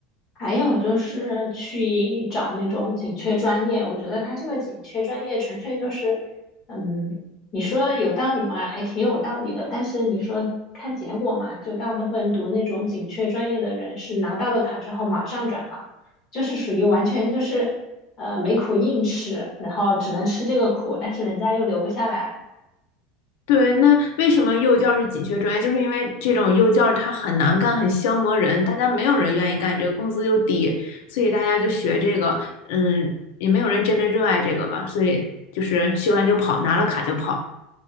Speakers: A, on the left; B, on the left.
A: 还有就是去找那种紧缺专业，我觉得他这个紧缺专业纯粹就是，嗯，你说有道理嘛，还挺有道理的。但是你说看结果嘛，就大部分读那种紧缺专业的人是拿到了卡之后马上转行，就是属于完全就是，呃，没苦硬吃，然后只能吃这个苦，但是人家又留不下来。
B: 对，那为什么幼教是紧缺专业？就是因为这种幼教它很难干，很消磨人，大家没有人愿意干这个，工资又低，所以大家就学这个，嗯，也没有人真的热爱这个吧，所以就是学完就跑，拿了卡就跑。